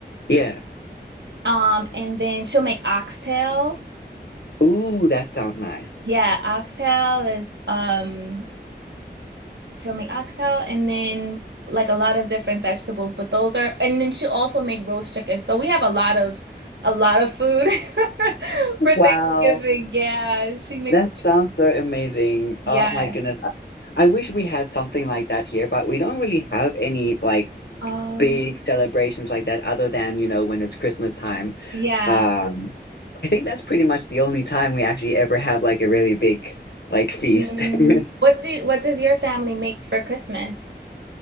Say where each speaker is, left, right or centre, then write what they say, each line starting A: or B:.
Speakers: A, on the left (about 70°); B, on the right (about 85°).
A: Yeah.
B: Um, and then she'll make oxtail.
A: Ooh, that sounds nice.
B: Yeah, oxtail is um she'll make oxtail and then like a lot of different vegetables, but those are and then she'll also make roast chicken. So we have a lot of a lot of food <laughs> for
A: Wow,
B: Thanksgiving. Yeah, she makes
A: that sounds so amazing.
B: yeah.
A: Oh my goodness. I I wish we had something like that here, but we don't really have any like
B: Oh,
A: big celebrations like that other than, you know, when it's Christmas time.
B: yeah.
A: Um, I think that's pretty much the only time we actually ever have like a really big like feast.
B: Mm,
A: <laughs>
B: What do what does your family make for Christmas?